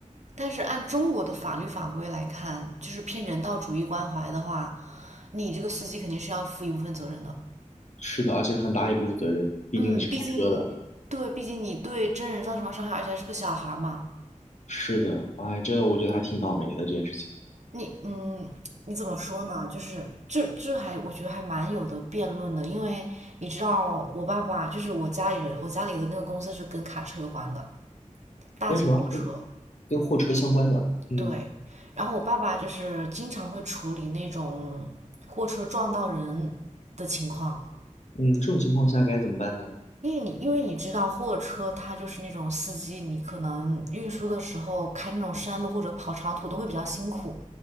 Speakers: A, on the right (about 60°); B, on the left (about 65°).
A: 但是按中国的法律法规来看，就是偏人道主义关怀的话，你这个司机肯定是要负一部分责任的。
B: 是的，而且很大一部分责任，毕竟你是开车的。
A: 嗯，毕竟，对，毕竟你对真人造成了伤害，而且还是个小孩儿嘛。
B: 是的，哎，这我觉得还挺倒霉的这件事情。
A: 你，嗯，你怎么说呢？就是这这还我觉得还蛮有的辩论的，因为你知道，我爸爸就是我家里人，我家里的那个公司是跟卡车有关的，大型货车。
B: 跟什么？跟跟货车相关的。嗯
A: 对，然后我爸爸就是经常会处理那种货车撞到人的情况。
B: 嗯，这种情况下该怎么办呢？
A: 因为你因为你知道货车它就是那种司机，你可能运输的时候开那种山路或者跑长途都会比较辛苦。